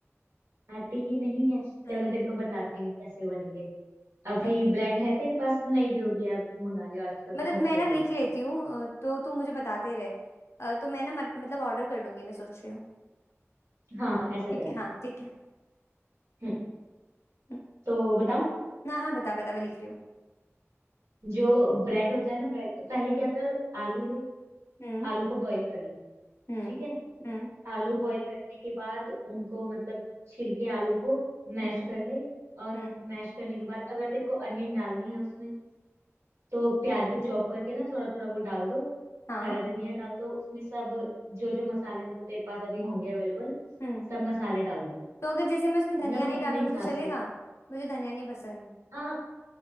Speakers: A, on the right; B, on the left.
A: आती ही नहीं है
B: <laughs>
A: चल मैं तेरे को बताती हूँ कैसे बनेंगे अभी
B: हाँ।
A: ब्रेड है तेरे पास नहीं भी होगी यार मंगा लियो आजकल तो
B: मतलब
A: घर पे
B: मैं
A: ही
B: ना
A: आ जाता
B: लिख
A: है
B: लेती
A: सब
B: हूँ अ, तो तुम मुझे बताते रहे अ, तो मैं ना मत- मतलब ऑर्डर कर लूंगी मैं सोच रही हूँ
A: हाँ हाँ ऐसा
B: ठीक
A: कर ले
B: है हाँ ठीक है
A: हम्म,
B: हम्म,
A: तो बताऊं
B: हाँ हाँ बता बता मैं लिख रही हूँ
A: जो ब्रेड होता है ना ब्रेड पहले क्या
B: हम्म
A: कर आलू ले
B: हम्म
A: आलू को बॉईल कर ले
B: हम्म
A: ठीक है
B: हम्म
A: आलू बॉईल करने के बाद उनको मतलब छिल के आलू को मैश
B: हम्म
A: कर ले और
B: हम्म,
A: मैश करने के बाद अगर तेरे को अनियन डालनी है उसमें तो प्याज को चॉप करके ना थोड़ा थोड़ा वो डाल दो
B: हाँ
A: हरा धनिया डाल दो उसमें सब जो जो मसाले मतलब तेरे पास अभी होंगे अवेलेबल
B: हम्म
A: सब मसाले डाल दो
B: तो अगर जैसे मैं उसमें धनिया
A: नमक
B: नहीं
A: अपने
B: डालूंगी
A: हिसाब
B: तो चलेगा
A: से
B: मुझे धनिया नहीं पसंद
A: हाँ